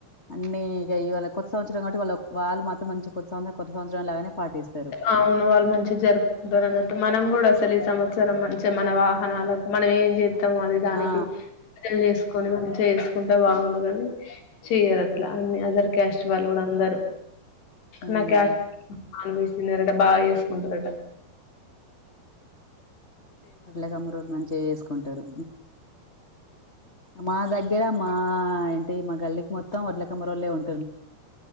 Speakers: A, on the left; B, on the left.
A: అన్నీ ఇగ ఇవాళ కొత్త సంవత్సరం కాబట్టి వాళ్లు వాళ్ళు మాత్రం మంచి కొత్త సంవత్సర కొత్త సంవత్సరం లాగానే పాటిస్తారు
B: అవును వాళ్ళు మంచిగ జరుపుకుంటారన్నట్టు మనం గూడ అసలు ఈ సంవత్సరం మంచిగ మన వాహనాలకు మనం ఏం జే <unintelligible> దానికి
A: ఆ
B: <unintelligible> చేస్కొని మంచిగ యేసుకు కుంటె బావుండుగని చెయ్యరట్లా అన్ని అదర్ క్యాస్ట్ వాళ్ళు గూడా అందరు.
A: ఉమ్
B: నా క్యాస్ట్ నాన్ వెజ్ తినరట బా యేస్కుంటరట.
A: వడ్లకామ్మ రోల్లు మంచిగా చేసుకుంటారు మా దగ్గర మా ఇంటి మా గల్లికి మొత్తం వడ్లకమ్మరొళ్లే ఉం